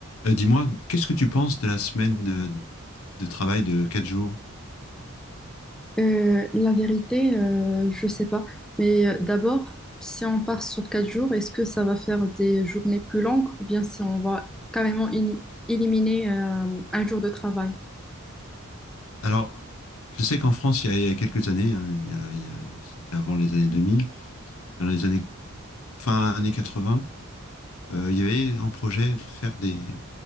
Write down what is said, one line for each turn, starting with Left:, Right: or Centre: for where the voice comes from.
Left: Euh, dis-moi, qu'est-ce que tu penses de la semaine euh, de travail de 4 jours?
Centre: Euh, la vérité, euh, je sais pas. Mais euh, d'abord, si on part sur quatre jours, est-ce que ça va faire des journées plus longues ou bien si on va carrément in- éliminer euh, un jour de travail?
Left: Alors, je sais qu'en France, il y a, il y a quelques années, hein, il y a- il y a- c'était avant les années 2000, dans les années fin années 80, euh, il y avait en projet de faire des,